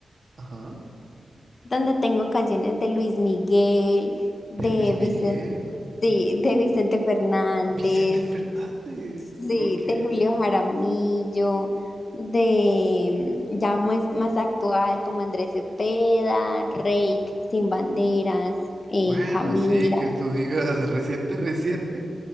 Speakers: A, on the right (about 50°); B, on the left (about 45°).
A: Ajá.
B: donde tengo canciones de Luis Miguel, de
A: De Luis Miguel.
B: Vicente, sí, de Vicente Fernández,
A: Vicente Fernández.
B: sí,
A: Ok.
B: de Julio Jaramillo, de mm, ya más, más actual como Andrés Cepeda, Reik, Sin Banderas, eh,
A: Bueno,
B: Camila.
A: sí, que tú digas <laughs> reciente, reciente.